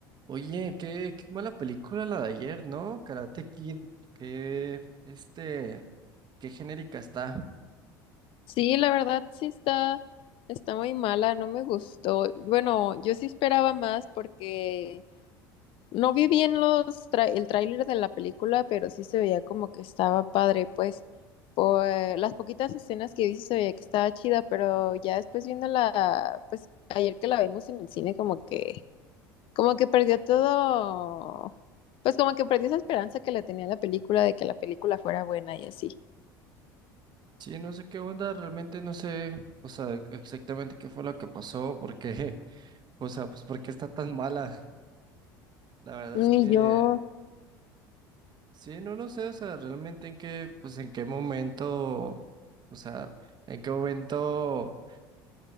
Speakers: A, on the right; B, on the left.
A: Oye, qué, qué mala película la de ayer, ¿no? Karate Kid, qué, este, qué genérica está.
B: Sí, la verdad sí está, está muy mala, no me gustó. Bueno, yo sí esperaba más porque no vi bien los tra- el tráiler de la película, pero sí se veía como que estaba padre, pues por las poquitas escenas que vi sí se veía que estaba chida, pero ya después viéndola, pues ayer que la vimos en el cine como que como que perdió todo, pues como que perdió esa esperanza que le tenía a la película de que la película fuera buena y así.
A: Sí, no sé qué onda, realmente no sé, o sea, exactamente qué fue lo que pasó, porque, <laughs> o sea, pues por qué está tan mala. La verdad
B: Y
A: es que,
B: yo,
A: sí, no lo sé, o sea, realmente en qué, pues en qué momento, o sea, en qué momento.